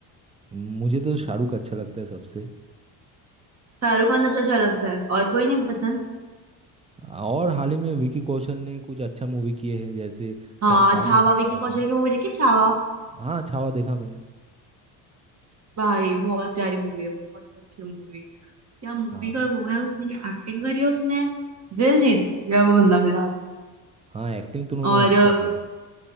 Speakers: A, on the right; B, on the right.
A: मुझे तो शाहरुख अच्छा लगता है सबसे
B: शाहरुख खान सबसे अच्छा लगता है और कोई नहीं पसंद
A: और हाल ही में विकी कौशल ने कुछ अच्छा मूवी किए हैं जैसे
B: हाँ
A: सैम बहादुर
B: छावा
A: देख
B: विकी
A: रहा था
B: कौशल की मूवी देखी छावा
A: हाँ छावा देखा मैंने
B: भाई बहुत प्यारी मूवी है बहुत अच्छी मूवी क्या मूवी
A: हाँ
B: का वो है उसने क्या एक्टिंग करी है उसमें दिल जीत गया वो बंदा मेरा
A: हाँ एक्टिंग तो उन्होंने
B: और
A: अच्छा
B: अ,
A: किया